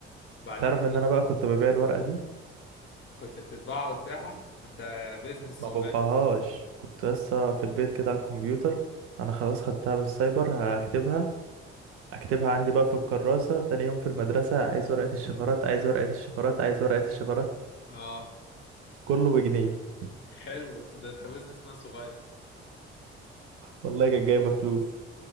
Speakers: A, on the left (about 35°); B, on the right (about 45°).
A: بعد
B: تعرف
A: كده
B: ان انا بقى كنت ببيع الورقة دي
A: كنت بتطبعها وتبيعها أنت بيزنس
B: ما
A: صغير
B: بطبعهاش كنت لسه في البيت كده على الكمبيوتر انا خلاص خدتها من السايبر هكتبها اكتبها عندي بقى في الكراسة تاني يوم في المدرسة عايز ورقة الشفرات عايز ورقة الشفرات عايز ورقة الشفرات
A: اه
B: كله بجنيه
A: حلو ده أنت بيزنس مان صغير
B: والله كانت جايبة فلوس